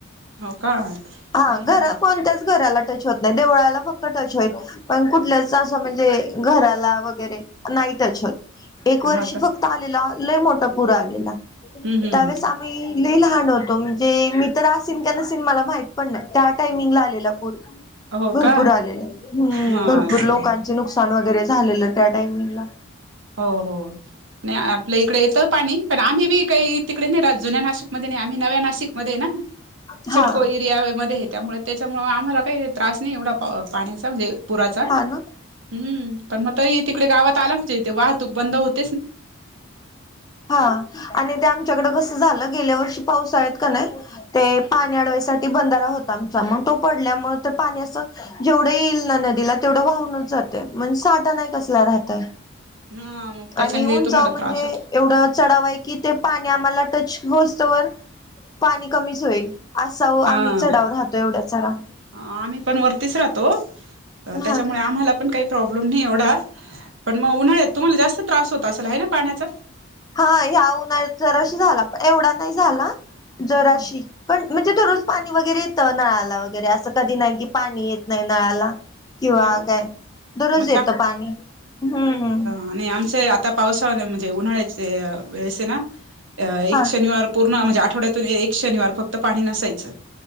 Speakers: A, on the right (about 65°); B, on the left (about 20°).
A: हो का
B: हा
A: नाही
B: घरा
A: नाही ह
B: कोण त्याच घराला टच होत नाही देवळाला फक्त टच होईल पण कुठल्याच अस म्हणजे घराला वैगेरे नाही टच होत एक वर्ष
A: हा का
B: फक्त आलेला लय मोठ पुर आलेला
A: हम्म हम्म
B: त्यावेळेस मी लय लहान होतो म्हणजे मी तर आसीन का नसीन मला माहित पण नाही त्या टायमिंगला आलेला पूर.
A: हो
B: भरपूर
A: का
B: आलेलं हम्म
A: हा
B: भरपूर
A: असं
B: लोकांचे नुकसान वगैरे झालेलं त्या टायमिंगला.
A: हो हो नाही आपल्या इकडे येतं पाणी पण आम्ही बी काही तिकडे नाही राहत जुन्या नाशिकमध्ये नाही आम्ही नव्या नाशिकमध्ये ना
B: हा
A: सिडको एरिया मध्ये त्यामुळे त्याच्यामुळ आम्हाला काही त्रास नाही एवढा पाण्याचा म्हणजे पुराचा.
B: हा ना
A: हम् पण मग तरी तिकडे गावात आला तुझ्या हिते वाहतूक बंद होत
B: हा. आणि ते आमच्याकड कसं झालं गेल्या वर्षी पावसाळ्यात कनय ते पाणी अडवाईसाठी बंधारा होता आमचा मग तो पडल्यामुळे तर पाणी असं जेवढं येईल ना नदीला तेवढं वाहूनच जाते म्हणजे साठा नाही कसला राहतय.
A: ह मग. त्याच्याने
B: आणि उंचाव
A: ते तुम्हाला
B: म्हणजे
A: त्रास होतो
B: एवढं चढावा एक कि ते पाणी आम्हाला टच होसतवर पाणी कमीच होईल. असाव आम्ही
A: हा
B: चढावर राहतो एवढ्या चढाव.
A: आम्ही पण वरतीच राहतो त्याच्यामुळे
B: हा ना
A: आम्हाला पण काही प्रॉब्लेम नाही एवढा पण मग उन्हाळ्यात तुम्हाला जास्त त्रास होत असाला आहे ना पाण्याचा.
B: हा ह्या उन्हाळ्यात जरासा झाला पण एवढा नाही झाला. जराशी
A: हम्म
B: पण म्हणजे थोडस पाणी वगैरे येतं नळाला वगैरे असं कधी नाही की पाणी येत नाही नळाला. किंवा
A: अरे वा
B: काय दररोज
A: मग
B: येतं पाणी हम्म हम्म.
A: आणि आमचे आता पावसाळ्याने म्हणजे उन्हाळ्याचे वेळेसे ना एक
B: हा
A: शनिवार पूर्ण म्हणजे आठवड्यातून एक शनिवार फक्त पाणी नसायचं.